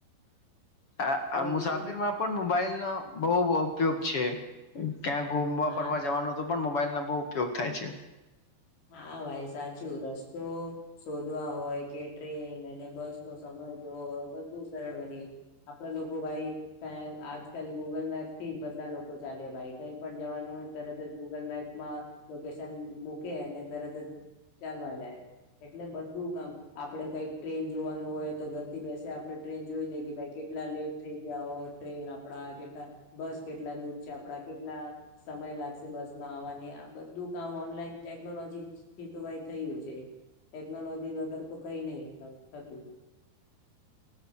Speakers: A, on the left (about 55°); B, on the left (about 70°).
A: આ
B: શું
A: આ મુસાફિર
B: કીધું
A: માં પણ મોબાઈલનો બહુ ઉપયોગ છે ક્યાં ઘુમવા
B: હા
A: ફરવા જવાનો તો પણ મોબાઈલ ના બહુ ઉપયોગ થાય છે
B: હા ભાઈ સાચું રસ્તો શોધવા હોય કે ટ્રે ન એ બસ નો સમય જોય બું સરળ બની ગય આપણા લોકો ભાઈ ક આજ કલ ગૂગલ મેપ થી જ બધ લોકો ચાલે ભાઈ કઈ પણ જવાનું તરત જ ગુગલ મેપમાં લોકેશન મુ કે અને તરત જ ચાલવા જાય એટલે બધું કામ આપડણે કઈક ટ્રેન જોવાનું હોય તો ઘરથી બેસે આપણે ટ્રેન જોઈ લે કે ભાઈ કેટલા લેટ થઈ ગયા હો ટ્રેન આપડા કેટલા બસ કેટલા દૂર છે આપડા કેટલા સમય લાગશે બસમાં આવવાની આ બધું કામ ઓનલાઈન ટેકનોલોજી થી તો ભઈ થયું છે ટેકનોલોજી વગર તો કઈ નહી થતું